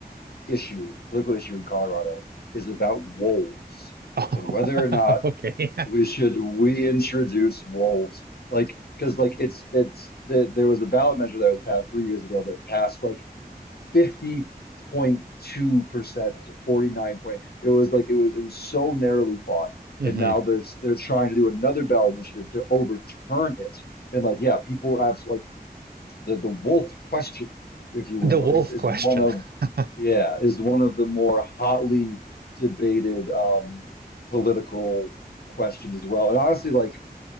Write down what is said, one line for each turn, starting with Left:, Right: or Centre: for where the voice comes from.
Left: issue, political issue in Colorado is about wolves
Right: Oh,
Left: and whether
Right: <laughs>
Left: or not
Right: okay.
Left: we should reintroduce wolves, like because like it's it's the, there was a ballot measure that was passed three years ago that passed like fifty point two percent to forty nine point. It was like it was it was so narrowly fought,
Right: <laughs>
Left: and
Right: hmm
Left: now there's they're trying to do another ballot initiative to overturn it. And like yeah, people absolutely the the wolf question, if you will,
Right: The wolf
Left: is is
Right: question.
Left: one of
Right: <laughs>
Left: yeah is one of the more hotly debated um, political questions as well. And honestly, like